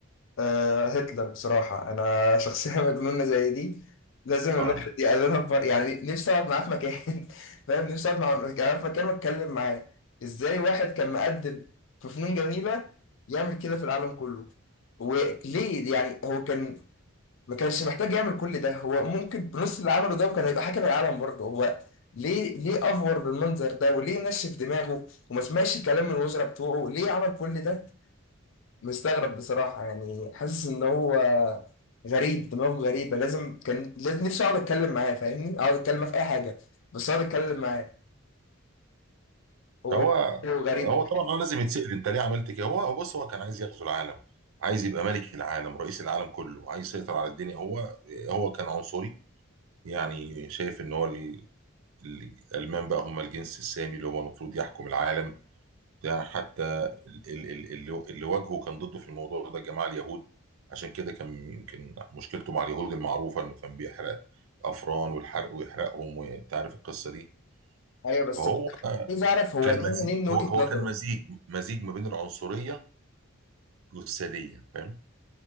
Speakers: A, on the left; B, on the right.
A: آه هتلر بصراحه انا شخصيه <laughs> مجنونه زي دي لازم
B: اه
A: الواحد يقابلها بمر... يعني نفسي اقعد معاه في مكان <laughs> فاهم نفسي اقعد مع- معاه في مكان واتكلم معاه ازاي واحد كان مقدم في فنون جميله يعمل كده في العالم كله وليه يعني هو كان ما كانش محتاج يعمل كل ده هو ممكن بنص اللي عمله ده وكان هيبقى حاكم العالم برضه هو ليه ليه افور بالمنظر ده وليه نشف دماغه وما سمعش كلام من الوزراء بتوعه ليه عمل كل ده مستغرب بصراحة يعني حاسس ان هو غريب دماغه غريبة لازم كان لازم نفسي اقعد اتكلم معاه فاهمني اقعد اتكلم معاه في اي حاجة بس اقعد اتكلم معاه هو
B: هو
A: هو غريب
B: هو طبعا هو لازم يتسأل انت ليه عملت كده هو هو بص هو كان عايز يغزو العالم عايز يبقى ملك العالم رئيس العالم كله عايز يسيطر على الدنيا هو هو كان عنصري يعني شايف ان هو ال- ال- الالمان بقى هم الجنس السامي اللي هو المفروض يحكم العالم ده حتى ال- ال- ال- اللي اللي واجهه كان ضده في الموضوع ده الجماعه اليهود عشان كده كان يمكن مشكلته مع اليهود المعروفه انه كان بيحرق الافران والحرق ويحرقهم وانت عارف القصه دي
A: ايوه بس
B: فهو
A: عايز اعرف هو
B: كان
A: ده
B: مزيج
A: منين وجهة
B: هو هو
A: نظره
B: كان مزيج مزيج ما بين العنصرية والسادية فاهم